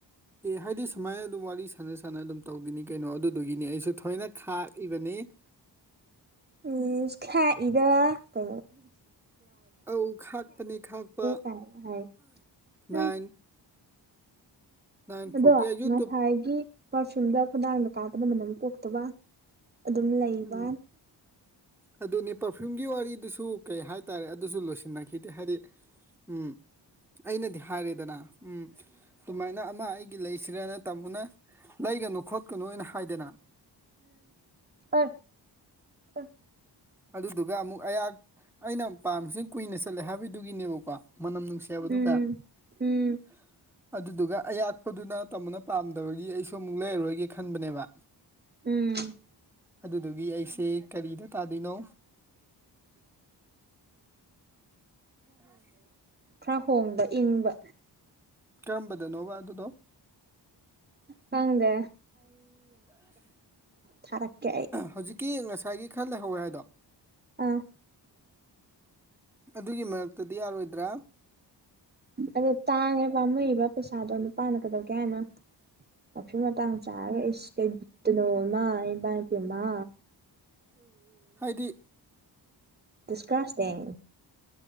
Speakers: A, in the centre; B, on the right (about 25°).
A: ꯑꯦ ꯍꯥꯏꯗꯤ ꯁꯨꯃꯥꯏꯅ ꯑꯗꯨꯝ ꯋꯥꯔꯤ ꯁꯥꯟꯅ ꯁꯥꯟꯅ ꯑꯗꯨꯝ ꯇꯧꯗꯅꯤ ꯀꯩꯅꯣ ꯑꯗꯨꯗꯨꯒꯤꯅꯤ ꯑꯩꯁꯨ ꯊꯣꯏꯅ ꯈꯥꯛꯏꯕꯅꯤ ꯫
B: ꯎꯝ ꯈ ꯏꯔ ꯀ꯫
A: ꯑ ꯈꯥꯛꯄꯅꯦ ꯈꯥꯛꯄ
B: ꯀꯥꯏꯅ ꯍꯥꯏ
A: ꯅꯥꯏꯟ꯫
B: ꯎꯝ
A: ꯅꯥꯏꯟ
B: ꯑꯗꯣ
A: ꯐꯣꯔꯇꯤ ꯌꯨꯇꯨꯞ
B: ꯉꯁꯥꯏꯒꯤ ꯄꯥꯔꯐꯤꯌꯨꯝꯗ ꯈꯨꯟꯗꯥꯡꯗ ꯀꯥꯞꯄꯗ ꯃꯅꯝ ꯄꯣꯛꯇꯕ꯫ ꯑꯗꯨꯝ ꯂꯩꯕ꯫
A: ꯎꯝ ꯑꯗꯨꯅꯦ ꯄꯔꯐ꯭ꯌꯨꯝꯒꯤ ꯋꯥꯔꯤꯗꯨꯁꯨ ꯀꯩ ꯍꯥꯏꯇꯥꯔꯦ ꯑꯗꯨꯁꯨ ꯂꯣꯏꯁꯤꯟꯅꯈꯤꯗꯦ ꯍꯥꯏꯗꯤ꯫ ꯎꯝ ꯑꯩꯅ꯫ ꯍꯥꯏꯔꯦꯗꯅ ꯎꯝ ꯑꯗꯨꯨꯃꯥꯏꯅ ꯑꯃ ꯑꯩꯒꯤ ꯂꯩꯁꯤꯔꯅ ꯇꯥꯃꯣꯅ ꯂꯩꯒꯅꯨ꯫ ꯈꯣꯠꯀꯅꯨꯅ ꯍꯥꯏꯗꯅ꯫
B: ꯑ ꯑ
A: ꯑꯗꯨꯗꯨꯒ ꯑꯃꯨꯛ ꯑꯩꯍꯥꯛ ꯑꯩꯅ ꯄꯥꯝꯃꯤꯁꯤꯅ ꯀꯨꯏꯅ ꯆꯠꯂꯦ ꯍꯥꯏꯕꯗꯨꯒꯤꯅꯦꯕꯀꯣ ꯃꯅꯝ ꯅꯨꯡꯁꯤ ꯍꯥꯏꯕꯗꯨꯒ
B: ꯎꯝ ꯎꯝ
A: <inaudible> ꯑꯗꯨꯗꯨꯒ ꯑꯌꯥꯛꯄꯗꯨꯅ ꯇꯝꯕꯅ ꯄꯥꯝꯗꯕꯒꯤ ꯑꯩꯁꯨ ꯑꯃꯨꯛ ꯂꯩꯔꯔꯣꯏꯒꯦ ꯈꯟꯕꯅꯦꯕ
B: ꯎꯝ
A: ꯑꯗꯨꯗꯨꯒꯤ ꯑꯩꯁꯦ ꯀꯔꯤꯗ ꯇꯥꯗꯣꯏꯅꯣ
B: <inaudible> ꯍꯣꯡꯕ ꯏꯪꯕ
A: ꯀꯔꯝꯕꯗꯅꯣꯕ ꯑꯗꯨꯗꯣ
B: ꯍꯪꯗꯦ ꯊꯥꯔꯛꯀꯦ ꯑꯩ
A: ꯍꯧꯖꯤꯛꯀꯤ ꯉꯁꯥꯏꯒꯤ ꯈꯔ ꯂꯩꯍꯧꯋꯦ ꯍꯥꯏꯗꯣ
B: ꯑꯥ
A: ꯑꯗꯨꯒꯤ ꯃꯔꯛꯇꯗꯤ ꯌꯥꯔꯣꯏꯗ꯭ꯔꯥ
B: ꯑꯗꯣ ꯇꯥꯡꯉꯦ ꯄꯥꯝꯃꯨꯏꯕ ꯄꯩꯁꯥꯗꯣ ꯅꯨꯄꯥꯅ ꯀꯩꯗꯧꯒꯦ ꯍꯥꯏꯅꯣ ꯃꯐꯨ ꯃꯇꯥꯡ ꯆꯥꯔꯒ ꯑꯩꯁꯤ ꯀꯩꯕꯤꯠꯇꯅꯣ ꯏꯃ ꯏꯕꯥ ꯏ ꯄꯦꯝꯃ
A: ꯍꯥꯏꯗꯤ
B: ꯇꯁꯀꯥꯥꯁꯇ <inaudible>